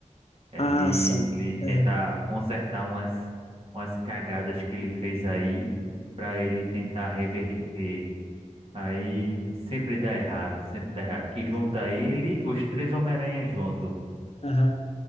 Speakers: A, on the right (about 50°); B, on the left (about 50°).
A: Ele
B: Ah, sim.
A: ele tenta
B: Aham,
A: consertar umas umas cagadas que ele fez aí pra ele tentar reverter. Aí sempre dá errado, sempre dá errado. Que junta ele, os três Homem-Aranha junto.
B: aham.